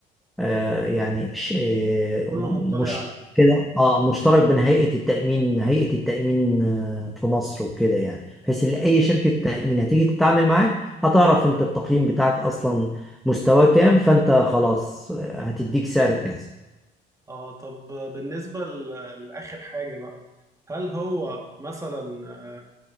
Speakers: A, in the centre; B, on the right (about 20°).
A: آه، يعني ش- آه،
B: كله
A: م-
B: مطلع
A: مش
B: عليه
A: كده اه مشترك بين هيئة التأمين هيئة التأمين آه، في مصر وكده يعني بحيث ان اي شركة تأمين هتيجي تتعامل معاك هتعرف انت التقييم بتاعك اصلا مستواه كام فانت خلاص آه، هتديك سعر كذا
B: اه طب بالنسبه ل- لاخر حاجه بقى هل هو مثلا آه،